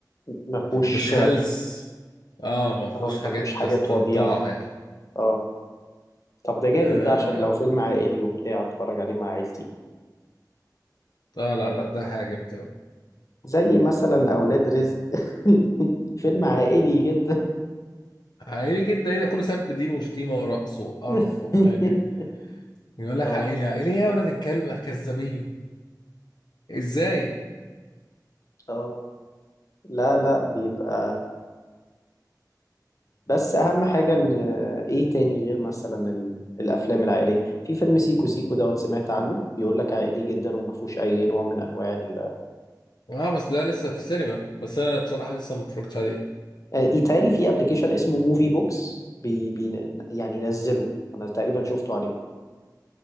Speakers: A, on the left (about 50°); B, on the left (about 75°).
A: ما فيهوش
B: مش هلس اه ما فيهوش
A: اه
B: حاجات
A: ما فيهوش حاجات
B: استنطاع
A: وضيعة
B: يعني
A: اه طب ده جامد
B: اه
A: ده عشان لو فيلم عائلي وبتاع اتفرج عليه مع عيلتي
B: آه، لا لا ده هيعجبك قوي
A: زي مثلا أولاد رزق <laughs> فيلم عائلي جدا
B: عائلي جدا ايه ده كله سبب دين وشتيمه ورقص وقرف
A: <laughs>
B: وحاجه يقول
A: اه
B: لك عائلي عائلي يا ولد الكلب كذابين ازاي
A: اه لا لا بيبقى بس أهم حاجة إن إيه تاني غير مثلا ال... الأفلام العائلية في فيلم سيكو سيكو دوت سمعت عنه بيقول لك عائلي جدا وما فيهوش أي نوع من أنواع ال...
B: اه بس ده لسه في السينما بس انا بصراحة لسه ما اتفرجتش عليه
A: آه، يتهيألي في أبلكيشن اسمه موفي بوكس بي... بي... يعني نزله أنا تقريبا شفته عليه